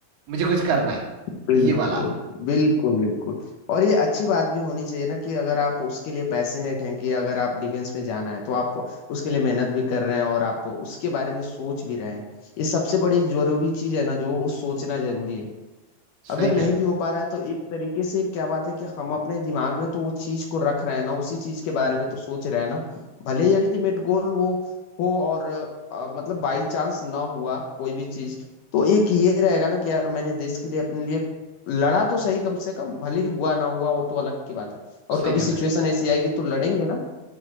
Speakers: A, on the right; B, on the left.
A: मुझे कुछ करना है
B: बिल्कुल
A: ये वाला
B: बिल्कुल बिल्कुल और ये अच्छी बात भी होनी चाहिए ना कि अगर आप उसके लिए पैशनेट हैं कि अगर आप डिफेंस में जाना है तो आप उसके लिए मेहनत भी कर रहे हैं और आप उसके बारे में सोच भी रहे हैं ये सबसे बड़ी जरूरी चीज है ना जो वो सोचना जरूरी है
A: सही
B: अगर
A: कहना
B: नहीं भी हो पा रहा है तो एक तरीके से क्या बात है कि हम अपने दिमाग में तो वो चीज को रख रहे हैं ना उसी चीज के बारे में तो सोच रहे हैं ना भले ही अल्टीमेट गोल वो हो और अ, मतलब बाई चांस ना हुआ कोई भी चीज तो एक ये रहेगा ना कि यार मैंने देश के लिए अपने लिए लड़ा तो सही कम से कम भले ही हुआ ना हुआ वो तो अलग की बात है और
A: सही
B: कभी
A: कहना
B: सिचुएशन
A: है।
B: ऐसी आएगी तो लड़ेंगे ना